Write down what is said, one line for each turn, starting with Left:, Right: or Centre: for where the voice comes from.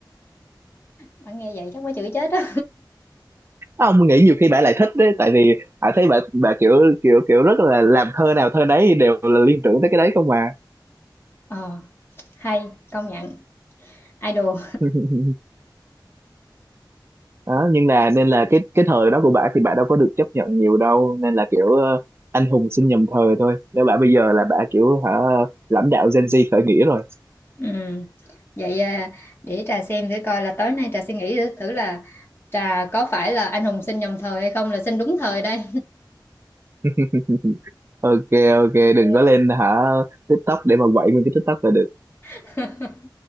Left: bạn nghe vậy chắc quá chữ chết á
Right: Á, ông nghĩ nhiều khi bà lại thích đấy tại vì hãy thấy bà bà kiểu kiểu kiểu rất là làm thơ nào thơ nấy đều là liên tưởng tới cái đấy không mà
Left: ờ hay công nhận idol
Right: <laughs> đó, nhưng là nên là cái cái thời đó của bà thì bà đâu có được chấp nhận nhiều đâu nên là kiểu ờ, anh hùng sinh nhầm thời thôi nếu bà bây giờ là bà kiểu hả lãnh đạo Gen Z khởi nghĩa rồi
Left: Ừ. Vậy à, để trà xem thử coi là tối nay trà suy nghĩ thử là trà có phải là anh hùng sinh nhầm thời hay không là sinh đúng thời đây.
Right: <laughs> ok ok
Left: Ok,
Right: đừng có lên hả TikTok để mà quậy nguyên cái TikTok là được
Left: <laughs>